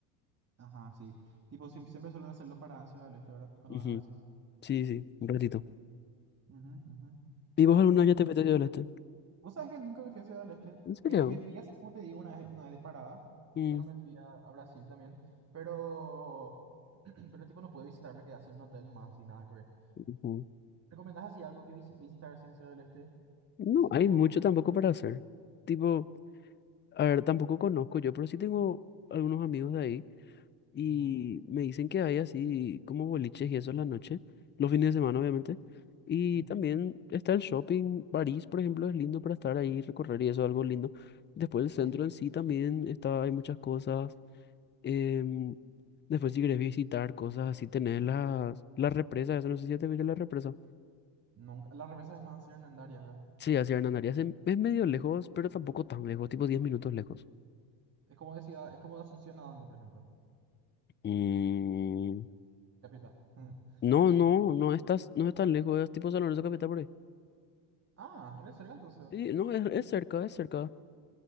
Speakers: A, on the right; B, on the left.
A: Ajá, sí. Tipo, siem- siempre suelen hacerlo para Ciudad del Este, ¿verdad? Cuando
B: Ujú.
A: van a Brasil.
B: Sí, sí, un ratito.
A: Ujú, ujú.
B: ¿Y vos alguna vez ya te fuiste a Este?
A: Vos sabés que nunca me fui a Ciudad del Este.
B: ¿En serio?
A: Eh, me fui así, como te digo, una vez, una vez de parada,
B: Mm,
A: cuando me fui a, a Brasil también. Pero, <clears throat> pero tipo no pude visitar, me quedé así en un hotel más y nada que ver.
B: ujú.
A: ¿Recomendás así algo que vis- visitar así en Ciudad del Este?
B: No,
A: Así tipo,
B: hay mucho tampoco para hacer. Tipo, a ver, tampoco conozco yo, pero sí tengo algunos amigos de ahí. Y
A: ujú,
B: me dicen que hay así como boliches y eso en la noche, los fines de semana obviamente. Y
A: sí,
B: también está el shopping, París, por ejemplo, es lindo para estar ahí, recorrer y eso, algo lindo. Después el centro
A: sí.
B: en sí también está, hay muchas cosas. em, después si querés visitar cosas así, tenés las, las represas, eso no sé si ya te viste la represa.
A: Nunca, la represa es más hacia Hernandarias, ¿verdad?
B: Sí, hacia Hernandarias es, es medio lejos, pero tampoco tan lejos, tipo 10 minutos lejos.
A: Es como de ciudad, es como de Asunción a dónde, por ejemplo.
B: Mm,
A: Capital. <laughs>
B: No, no, no estás, no es tan lejos, es tipo San Lorenzo Capital por ahí.
A: Ah, re cerca entonces.
B: Sí, no, es,
A: Yo,
B: es cerca, es cerca.